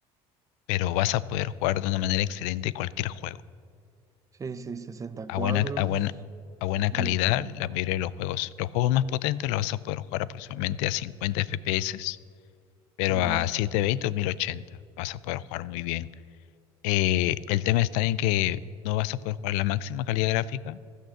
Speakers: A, on the left; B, on the right.
A: pero vas a poder jugar de una manera excelente cualquier juego.
B: sí, sí, 60
A: A
B: cuadros,
A: buena, a buena, a buena
B: mil
A: calidad,
B: ochenta
A: la mayoría de los juegos. Los juegos más potentes los vas a poder jugar aproximadamente a 50 FPS, pero
B: Yo,
A: a 720 o 1080 vas a poder jugar muy bien. Eh, el tema está en que no vas a poder jugar la máxima calidad gráfica,